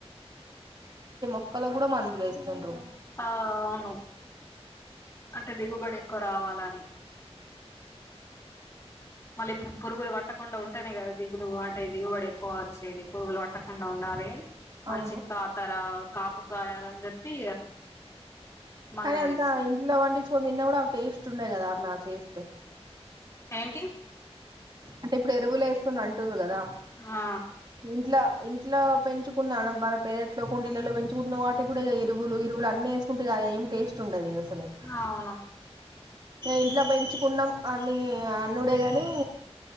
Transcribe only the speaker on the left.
ఆ అవును అంటే దిగుబడి ఎక్కువ రావాలని మళ్ళీ పరుగులు పట్టకుండా ఉంటానే కదా దిగులు అంటే దిగుబడి ఎక్కువ వచ్చేది పురుగులు పట్టకుండా ఉండాలి
మంచి కాతర కాపు కాయాలని చెప్పి మందులు
వేస్తారు
ఏంటి
ఆ
అవును